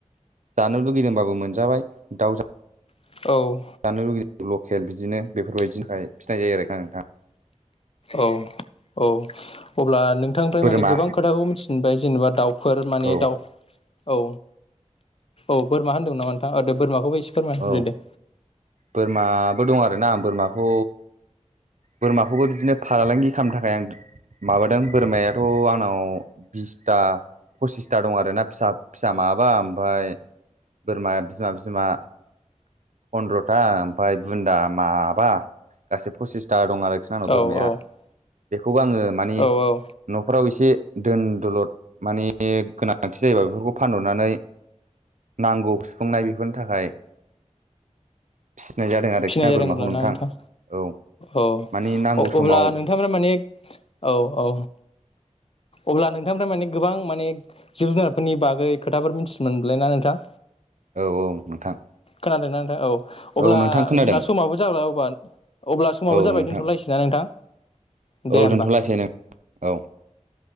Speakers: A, on the right; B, on the left.
A: जानो लुगैदोंबाबो मोनजाबाय दाउ
B: औ
A: जानो लुगैयो लकेल बिदिनो बेफोरबायदिनि थाखाय फिसिनाय जायो आरोख आ नोंथां ।
B: औ औ अब्ला नोंथांनिफ्राय
A: बोरमा
B: माने गोबां खोथाखौ मिथिबाय जेनेबा दाउफोर माने
A: औ
B: दाउ औ औ बोरमा होनदों नामा नोंथांद बोरमाखौबो एसे फोरमायना
A: औ
B: होदो दे
A: बोरमाबो दं आरोना आं बोरमाखौ बोरमाखौबो बिदिनो फारालांगि खालामनो थाखाय आं माबादों बोरमायाथ' आंनाव बिसथा फसिसथा दं आरोना फिसा फिसा माबा ओमफ्राय बोरमाया बिमा बिमा फन्द्र'था ओमफ्राय बुन्दा माबा गासै फसिसथा दं आरोखिना आंनाव
B: औ
A: बोरमाया
B: औ
A: बेखौबो आङो मानिे
B: औ औ
A: न'खराव एसे दोन दलद माने गोनांथि जायोबा बेफोरखौ फानहरनानै नांगौ सुफुंनाय बेफोरनि थाखाय। फिसिनाय जादों आरोखि
B: फिनाय
A: ना
B: जादों
A: बोरमाखौ
B: होनब्लाना नोंथां।
A: औ
B: औ
A: मानि नांगौ समाव
B: अब्ला नोंथांमोना माने औ औ। अब्ला नोंथांनिफ्राय माने गोबां माने जिब जुनारफोरनि बागै खोथाफोर मिथिनो मोनबायना नोंथां।
A: औ औ नोंथां।
B: खोनादोंना नोंथां औ अब्ला।
A: औ नोंथां खोनादों
B: जोंना समावबो जाबाय अब्ला अब्ला
A: औ
B: समाबो जाबाय
A: नोंथां
B: दोनथ'लायसै ना नोंथां। दे
A: औ
B: होमबा
A: दोनथलासै नों औ।